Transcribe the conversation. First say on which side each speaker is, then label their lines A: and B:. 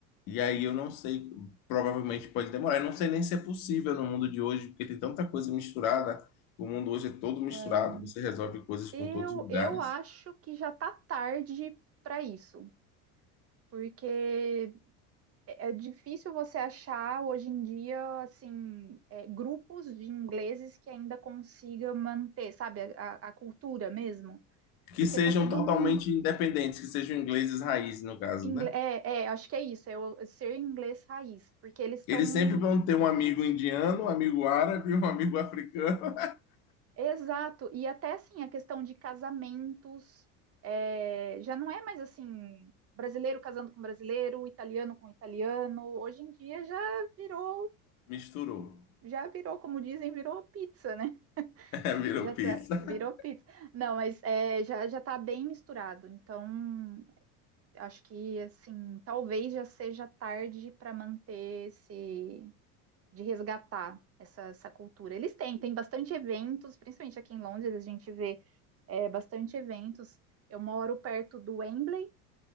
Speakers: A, on the left; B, on the right.
A: e aí eu não sei, provavelmente pode demorar. Eu não sei nem se é possível no mundo de hoje, porque tem tanta coisa misturada. O mundo hoje é todo misturado,
B: Então,
A: você resolve coisas
B: eu,
A: com todos os lugares.
B: eu acho que já tá tarde para isso, porque É é difícil você achar hoje em dia, assim, é, grupos de ingleses que ainda consiga manter, sabe, a, a cultura mesmo.
A: Que
B: Porque
A: sejam
B: tá tudo
A: totalmente
B: um.
A: independentes, que sejam ingleses raiz, no caso,
B: ingle-
A: né?
B: É, é, acho que é isso, é o ser inglês raiz. Porque eles estão.
A: Eles sempre vão ter um amigo indiano, um amigo árabe, um amigo africano.
B: Exato. E até, assim, a questão de casamentos. é, já não é mais, assim, brasileiro casando com brasileiro, italiano com italiano. Hoje em dia já virou.
A: <laughs> Misturou.
B: Já virou, como dizem, virou pizza, né?
A: <laughs> Virou
B: Já
A: pizza.
B: tá, virou pizza. Não, mas é, já, já tá bem misturado. Então, acho que, assim, talvez já seja tarde para manter esse, de resgatar essa, essa cultura. Eles têm, tem bastante eventos, principalmente aqui em Londres, a gente vê é, bastante eventos. Eu moro perto do Wembley,